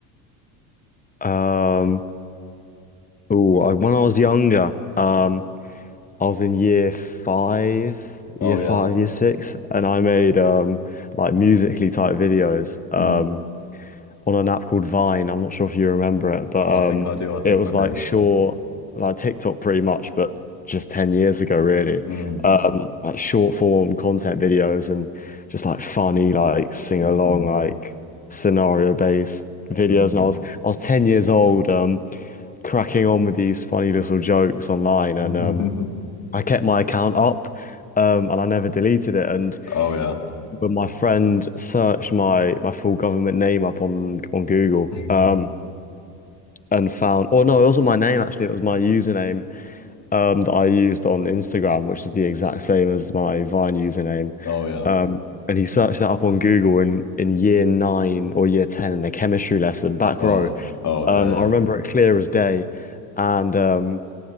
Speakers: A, on the left (about 15°); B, on the left (about 35°).
A: Um, oh, I, when I was younger, um, I was in year five,
B: Oh
A: year
B: yeah.
A: five, year six, and I made um like musically type videos. Um,
B: Mm.
A: on an app called Vine. I'm not sure if you remember it, but
B: Oh,
A: um,
B: I think I do. I think
A: it was
B: I do.
A: like short, like TikTok pretty much, but just 10 years ago, really.
B: Mm.
A: Um, like short form content videos and just like funny, like sing
B: <laughs>
A: along,
B: Mm.
A: like scenario based videos.
B: Mm.
A: And I was I was 10 years old, um, cracking on with these funny little jokes online, and
B: Mm.
A: um, I kept my account up. Um, and I never deleted it. And
B: <laughs> Oh yeah.
A: but my friend searched my my full government name up on on Google.
B: Mm.
A: Um, and found, oh no, it wasn't my name actually, it was my username um, that I used on Instagram, which is the exact same as my Vine username.
B: Oh yeah.
A: Um, and he searched that up on Google in, in year nine or year 10 in a chemistry lesson, back
B: Oh
A: row.
B: oh dear.
A: Um, I remember it clear as day. And um,